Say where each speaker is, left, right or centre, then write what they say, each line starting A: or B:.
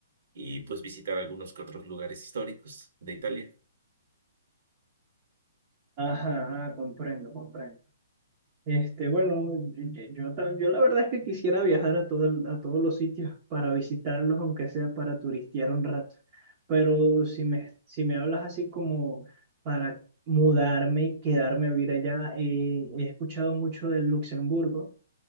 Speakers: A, on the right; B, on the right.
A: y pues visitar algunos que otros lugares históricos de Italia.
B: Ajá, ah, comprendo, comprendo. Este, bueno, yo, yo, yo ta- yo la verdad es que quisiera viajar a, todo, el- a todos los sitios para visitarlos, aunque sea para turistear un rato. Pero si me, si me hablas así como para mudarme, quedarme a vivir allá, eh, he escuchado mucho del Luxemburgo